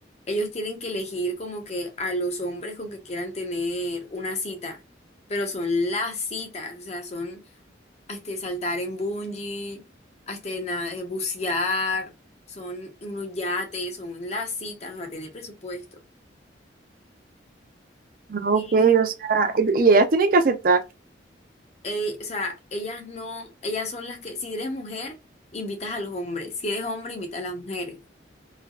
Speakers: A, on the left; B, on the right.
A: Ellos tienen que elegir como que a los hombres con que quieran tener una cita, pero son las citas, o sea, son este, saltar en bungee, este, na- eh, bucear, son unos yates, son las citas, o sea, tener presupuesto.
B: Ah, Ok,
A: Y,
B: o sea, y, y ellas tienen que aceptar.
A: eh, o sea, ellas no, ellas son las que, si eres mujer, invitas a los hombres, si eres hombre, invitas a las mujeres.